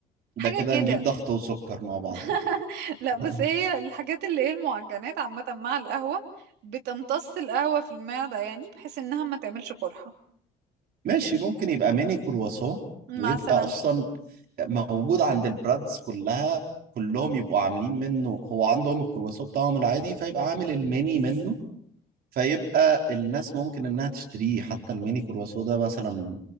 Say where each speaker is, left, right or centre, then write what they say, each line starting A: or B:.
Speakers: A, on the right; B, on the right.
A: ده
B: حاجه
A: كده
B: كده
A: نجيب ضغط وسكر مع بعض
B: <laughs> لا
A: <laughs>
B: بس هي الحاجات اللي هي المعجنات عامه مع القهوه بتمتص القهوه في المعده يعني بحيث انها ما تعملش قرحه
A: ماشي ممكن يبقى ميني كرواسون
B: مثلا
A: ويبقى اصلا موجود عند البرادز كلها كلهم يبقوا عاملين منه هو عندهم الكرواسون بتاعهم العادي فيبقى عامل الميني منه فيبقى الناس ممكن انها تشتريه حتى الميني كرواسون ده مثلا